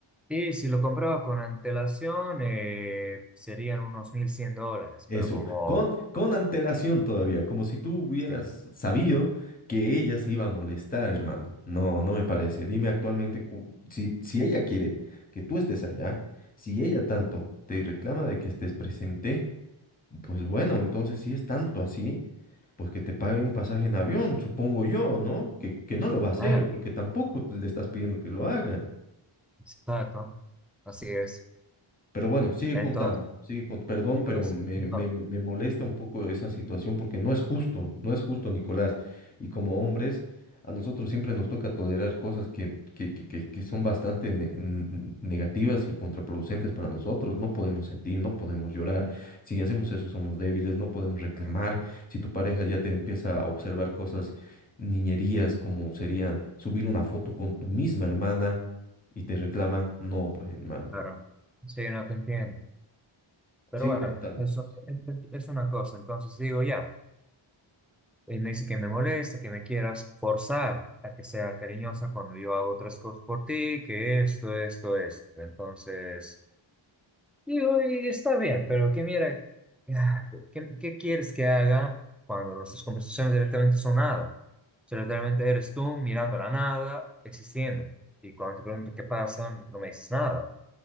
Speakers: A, in the centre; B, on the left (about 15°).
A: y si lo compraba con antelación, eh, serían unos 1.100 dólares,
B: Eso,
A: pero como...
B: con, con antelación todavía, como si tú hubieras
A: Sí.
B: sabido que ella se iba a molestar, hermano. No, no me parece. Dime actualmente, cu- si, si ella quiere que tú estés allá, si ella tanto te reclama de que estés presente, pues bueno, entonces si es tanto así, pues que te pague un pasaje en avión, supongo yo, ¿no? Que, que no lo va a hacer,
A: <laughs>
B: porque tampoco le estás pidiendo que lo haga.
A: Exacto, así es.
B: Pero bueno, sigue
A: Entonces,
B: contando, sigue con- perdón,
A: entonces,
B: pero me, me-
A: ah,
B: me- me molesta un poco esa situación porque no es justo, no es justo, Nicolás. Y como hombres, a nosotros siempre nos toca tolerar cosas que, que, que- que- que son bastante ne- n- n- negativas y contraproducentes para nosotros. No podemos sentir, no podemos llorar. Si hacemos eso, somos débiles, no podemos reclamar. Si tu pareja ya te empieza a observar cosas, niñerías, como sería subir una foto con tu misma hermana y te reclama, no, pues hermano.
A: claro, sí, no te entiendo. Pero
B: Sigue
A: bueno,
B: contando.
A: eso
B: Sí,
A: es una cosa. Entonces digo ya, y me dice que me molesta, que me quieras forzar a que sea cariñosa cuando yo hago otras cosas por ti, que esto, esto, esto. Entonces. Digo, y está bien, pero que mira, ah, ¿qué, qué quieres que haga cuando nuestras conversaciones directamente son nada? O sea, literalmente eres tú mirando la nada, existiendo. Y cuando te pregunto qué pasa, no me dices nada.